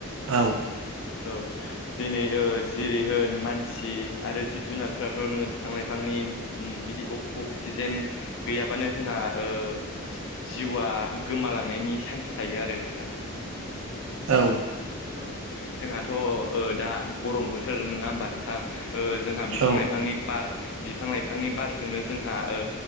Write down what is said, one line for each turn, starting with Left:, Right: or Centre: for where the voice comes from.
Right: औ।
Left: औ दिनै ओ जिरि होन मानसि आरो जिब जुनारफ्राथ' नोङो बिफां लाइफां नि ओ बिदि अक्सिजेन गैयाबानो जोंहा ओ जिउआ गोमालांनायनि चान्स थायो आरो नोंथां।
Right: औ
Left: औ जोंहाथ' ओ दा गरम बोथोर नङा होमबा नोंथां? ओ जोंहा बिफां
Right: औ
Left: लाइफांनि बार बिफां लाइफांनि बारजोंनो जोंहा ओ